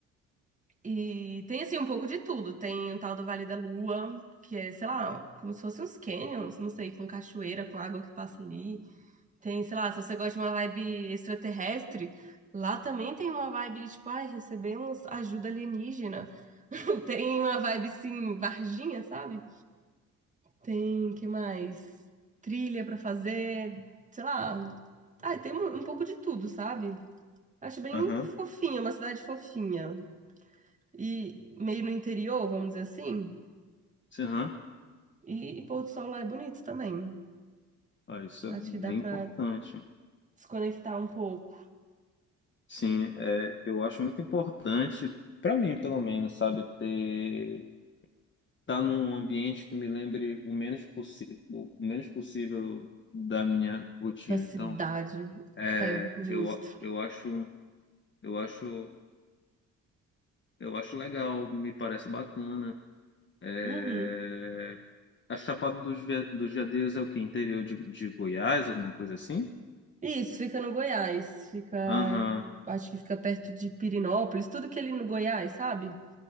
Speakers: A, on the right; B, on the left.
A: E tem, assim, um pouco de tudo, tem o tal do Vale da Lua, que é, sei lá, como se fossem uns canyons, não sei, com cachoeira, com água que passa ali. Tem, sei lá, se você gosta de uma vibe extraterrestre, lá também tem uma vibe de tipo, ai, recebemos ajuda alienígena. <laughs> Tem uma vibe assim, Varginha, sabe? Tem, que mais? Trilha pra fazer, sei lá. Ai, tem um, um pouco de tudo, sabe? Acho bem
B: <laughs>
A: fofinha, uma cidade fofinha. E meio no interior, vamos dizer assim.
B: Sim, aham.
A: E, e pôr do sol lá é bonito também.
B: Ah, isso
A: Acho
B: é bem
A: que dá pra
B: importante.
A: desconectar um pouco
B: Sim, é, eu acho muito importante, para mim, pelo menos, sabe, ter estar num ambiente que me lembre o menos possível, o menos possível da minha rotina.
A: da cidade.
B: Então, é,
A: É, justo.
B: eu, eu acho, eu acho, eu acho legal, me parece bacana. É,
A: Uhum.
B: a Chapada dos, Ve- dos Veadeiros é o quê? Interior de, de Goiás, alguma coisa assim?
A: Isso, fica no Goiás. Fica,
B: Aham,
A: acho que fica perto de Pirinópolis, tudo que é ali no Goiás, sabe?